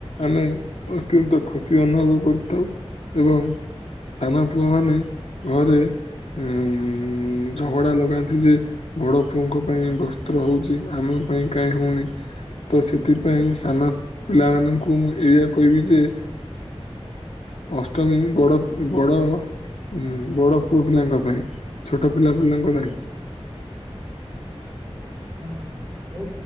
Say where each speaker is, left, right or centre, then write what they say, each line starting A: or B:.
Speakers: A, on the left (about 85°); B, on the right (about 15°).
A: ଆମେ ଅତ୍ୟନ୍ତ ଖୁସି ଅନୁଭବ କରିଥାଉ, ଏବଂ ସାନ ପୁଅ ମାନେ ଘରେ ଉଁ ଝଗଡା ଲଗାନ୍ତି ଯେ ବଡ ପୁଅଙ୍କ ପାଇଁ ବସ୍ତ୍ର ହଉଚି, ଆମ ପାଇଁ କାଇଁ ହଉନି? ତ ସେଥିପାଇଁ ସାନ ପିଲାମାନଙ୍କୁ ମୁଁ ଏଇଆ କହିବି ଯେ ଅଷ୍ଟମୀ ବି ବଡ଼ ବଡ଼ ହୁଁ ବଡ ପୁଅ ପିଲାଙ୍କ ପାଇଁ, ଛୋଟ ପିଲା ପିଲାଙ୍କ ନାହିଁ।
B: ଠିକ୍ କଥା ଯେ ବନ୍ଧୁ,